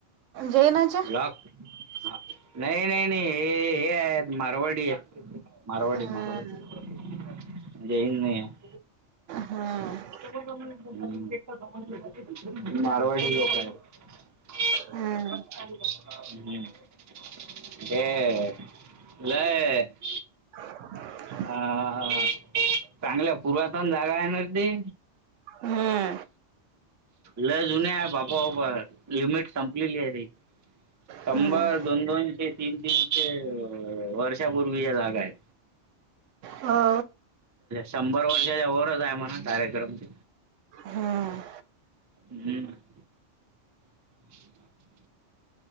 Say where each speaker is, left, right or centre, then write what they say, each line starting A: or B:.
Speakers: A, on the right; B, on the right.
A: जैनाच्या.
B: हां नाही नाही नाही हे हे आहेत मारवाडी हे मारवाडी
A: हम्म
B: मारवाडी जैन नई हेत.
A: हम्म
B: मारवाडी लोक आहेत.
A: हम्म
B: <unintelligible> ए ल
A: <inaudible>
B: हा चांगल्या पूर्वातन जागा आहेणा ती
A: हम्म
B: लय जुन आहे बापा बापा लिमिट संपलेली आहे ती शंभर
A: हम्म
B: दोन दोनशे तीन तीनशे वर्षापूर्वी ची जागा आहे.
A: हो
B: शंभर वर्षाच्या वरच आहे म्हणा डायरेक्ट.
A: हम्म
B: हम्म <unintelligible>